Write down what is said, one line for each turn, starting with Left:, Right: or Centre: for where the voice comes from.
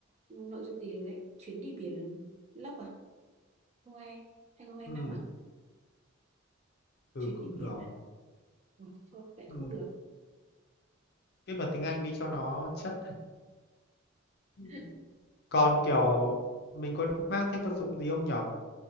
Right: Nội dung gì đấy? Chuyến đi biển lớp à? 2020,
Left: Ừ,
Right: năm à?
Left: ừ
Right: Chuyến
Left: cũng
Right: đi biển
Left: được.
Right: ạ. Ừ, thôi, vậy
Left: Ừ.
Right: cũng được.
Left: Viết bằng tiếng Anh đi cho nó chất. Ừ.
Right: <laughs>
Left: Còn kiểu mình có mang thêm vật dụng gì không nhỉ?